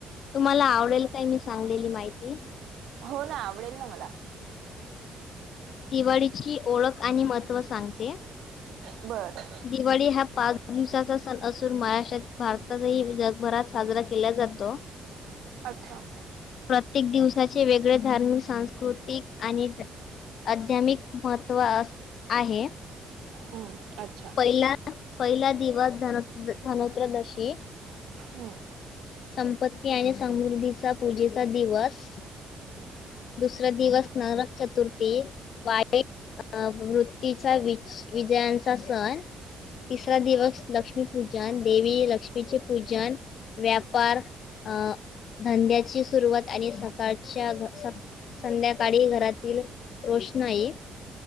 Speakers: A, on the left; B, on the right.
A: तुम्हाला आवडेल काय मी सांगलेली माहिती?
B: हो ना, आवडेल ना मला.
A: दिवाळीची ओळख आणि महत्त्व सांगते.
B: बरं.
A: दिवाळी हा पाच दिवसाचा सण असून महाराष्ट्रात भारतातही जगभरात साजरा केला जातो.
B: अच्छा.
A: प्रत्येक दिवसाचे वेगळे धार्मिक, सांस्कृतिक आणि अध्यामिक महत्त्व अ आहे.
B: हम्म. अच्छा
A: पहिला, पहिला दिवस धन-धनत्रयोदशी.
B: हम्म.
A: संपत्ती आणि समृद्धीचा पूजेचा दिवस. दुसरा दिवस नरक चतुर्थी. वाईट अ वृत्तीचा वि-विजयांचा सण तिसरा दिवस लक्ष्मीपूजन. देवी लक्ष्मीचे पूजन, व्यापार अ धंद्याची सुरवात आणि सकाळच्या स संध्याकाळी घरातील रोषणाई